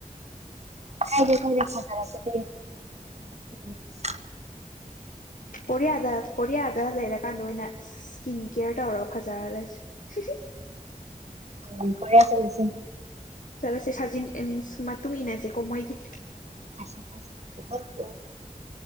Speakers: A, on the right (about 50°); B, on the left (about 70°).
A: ꯀꯔꯥꯏ ꯑꯈꯣꯏꯗꯩ ꯐꯖꯔꯛꯄꯗꯤ <inaudible>
B: ꯀꯣꯔꯤꯌꯥꯗ ꯀꯣꯔꯤꯌꯥꯗ ꯂꯩꯔꯀꯥꯟꯗ ꯑꯣꯏꯅ ꯁ꯭ꯀꯤꯟ ꯀ꯭ꯌꯔ ꯇꯧꯔꯒ ꯐꯖꯍꯜꯂꯁꯤ <unintelligible>
A: ꯎꯝ ꯀꯣꯔꯤꯌꯥ ꯆꯠꯂꯁꯤ
B: ꯆꯠꯂꯁꯦ ꯁꯥꯖꯤꯟ ꯑꯦꯟꯁ ꯃꯇꯨꯡ ꯏꯟꯅꯁꯦꯀꯣ ꯃꯣꯏꯒꯤ
A: <unintelligible>